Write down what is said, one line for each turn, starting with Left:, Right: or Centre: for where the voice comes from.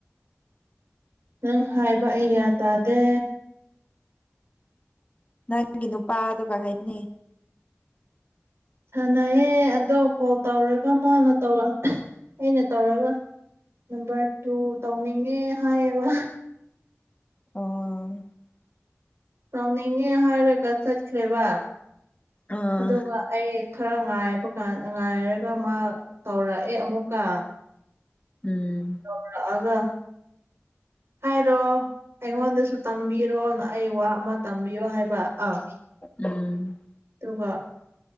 Right: ꯅꯪ ꯍꯥꯏꯕ ꯑꯩ ꯒ꯭ꯌꯥꯟ ꯇꯥꯗꯦ
Left: ꯅꯪꯒꯤ ꯅꯨꯄꯥꯗꯨꯒ ꯍꯥꯏꯅꯤ
Right: ꯁꯥꯟꯅꯩꯌꯦ ꯑꯗꯣ ꯀꯣꯜ ꯇꯧꯔꯒ ꯃꯥꯅ ꯇꯧꯔ ꯑꯩꯅ ꯇꯧꯔꯒ <unintelligible> ꯍꯥꯏꯌꯦꯕ
Left: ꯑꯣ
Right: ꯇꯧꯅꯤꯡꯉꯦ ꯍꯥꯏꯔꯒ ꯆꯠꯈ꯭ꯔꯦꯕ
Left: ꯑꯥ
Right: ꯑꯗꯨꯒ ꯑꯩ ꯈꯔ ꯉꯥꯏꯔꯕꯀꯥꯟ ꯉꯥꯏꯔꯒ ꯃꯥ ꯇꯧꯔꯛ ꯑꯦ ꯑꯃꯨꯛꯀ
Left: ꯎꯝ
Right: ꯇꯧꯔꯛ ꯑꯒ ꯍꯥꯏꯔꯣ ꯑꯩꯉꯣꯟꯗꯁꯨ ꯇꯝꯕꯤꯔꯣ ꯑꯩ ꯋꯥ ꯑꯃ ꯇꯝꯕꯤꯌꯣ ꯍꯥꯏꯕ ꯑꯥ
Left: ꯎꯝ
Right: ꯑꯗꯨꯒ